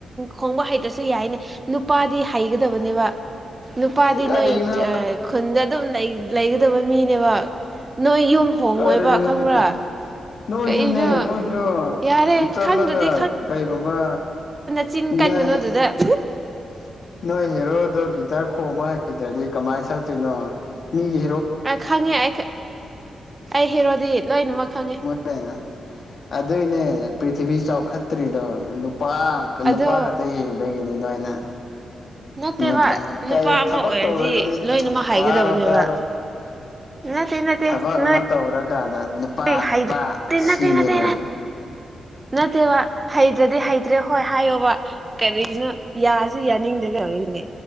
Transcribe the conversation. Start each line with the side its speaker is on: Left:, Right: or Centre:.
Right: ꯈꯣꯡꯕ ꯍꯩꯇ꯭ꯔꯁꯨ ꯌꯥꯏꯅꯦ ꯅꯨꯄꯥꯗꯤ ꯍꯩꯒꯗꯕꯅꯦꯕ꯫ ꯅꯨꯄꯥꯗꯤ
Left: ꯀꯔꯤꯅꯣ
Right: ꯅꯣꯏ ꯈꯨꯟꯗ ꯑꯗꯨꯝ ꯂꯩꯒꯗꯕ ꯃꯤꯅꯦꯕ ꯅꯣꯏ ꯌꯨꯝ ꯍꯣꯡꯉꯣꯏꯕ
Left: ꯀꯔꯤꯅꯣꯅꯦ
Right: ꯈꯪꯕ꯭ꯔꯥ
Left: ꯅꯣꯏꯁꯨꯅꯦ
Right: ꯀꯩꯅꯣ
Left: ꯅꯣꯏꯁꯨ
Right: ꯌꯥꯔꯦ
Left: ꯆꯠꯂꯒ
Right: ꯈꯪꯗ꯭ꯔꯗꯤ
Left: ꯀꯩꯒꯨꯝꯕ꯫
Right: ꯆꯤꯟ
Left: ꯅꯣꯏ
Right: ꯀꯟꯒꯅꯨ ꯑꯗꯨꯗ
Left: <inaudible> ꯅꯣꯏ ꯍꯦꯔꯣꯗꯣ ꯒꯤꯇꯥꯔ ꯈꯣꯡꯕ ꯍꯩꯗ꯭ꯔꯗꯤ ꯀꯃꯥꯏꯅ ꯁꯛꯇꯣꯏꯅꯣ ꯃꯤꯒꯤ
Right: ꯈꯪꯉꯦ ꯑꯩ ꯑꯩ ꯍꯦꯔꯣꯗꯤ ꯂꯣꯏꯅꯃꯛ ꯈꯪꯉꯦ
Left: <unintelligible> ꯑꯗꯨꯏꯅꯦ ꯄ꯭ꯔꯤꯊꯤꯕꯤ ꯆꯥꯎꯈꯠꯇ꯭ꯔꯤꯗꯣ ꯅꯨꯄꯥ ꯅꯨꯄꯥ
Right: ꯑꯗꯣ
Left: ꯈꯛꯇ ꯌꯦꯡꯕ ꯕꯒꯅꯦ ꯅꯣꯏꯅ
Right: ꯅꯠꯇꯦꯕ
Left: ꯅꯨꯄꯥ
Right: ꯅꯨꯄꯥ
Left: ꯀꯩ
Right: ꯑꯃ
Left: ꯊꯕꯛ
Right: ꯑꯣꯏꯔꯗꯤ
Left: ꯇꯧꯔꯒꯗꯤ
Right: ꯂꯣꯏꯅꯃꯛ ꯍꯥꯏꯒꯗꯕꯅꯦꯕ
Left: ꯇꯥꯔꯣ ꯇꯥꯔꯣ
Right: ꯅꯠꯇꯦ ꯅꯠꯇꯦ
Left: ꯊꯕꯛ
Right: ꯅꯣꯏ
Left: ꯑꯃ ꯇꯧꯔꯀꯥꯟꯗ ꯅꯨꯄꯥ
Right: ꯅꯠꯇꯦ
Left: ꯅꯨꯄꯥ ꯁꯤꯅꯦꯕ
Right: ꯅꯠꯇꯦ ꯅꯠꯇꯦ ꯅꯠꯇꯦꯕ ꯍꯩꯇ꯭ꯔꯗꯤ ꯍꯩꯇ꯭ꯔꯦ ꯍꯣꯏ ꯍꯥꯏꯌꯣꯕ ꯀꯔꯤꯅꯣ ꯌꯥꯁꯤ ꯌꯥꯅꯤꯡꯗꯦꯗꯔꯤꯅꯦ꯫